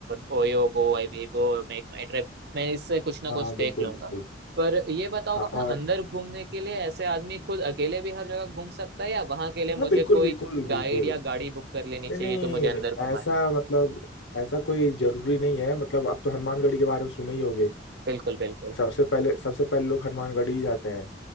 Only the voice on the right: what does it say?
OYO Goibibo MakeMyTrip मैं इससे कुछ ना
कुछ
देख लूंगा
पर ये बताओ
वहाँ
अंदर घूमने के लिए ऐसे आदमी खुद अकेले भी हर जगह घूम सकता है या वहाँ के लिए
मुझे
कोई
गाइड या गाड़ी बुक कर लेनी
चाहिए
जो मुझे अंदर घुमाए
बिल्कुल बिल्कुल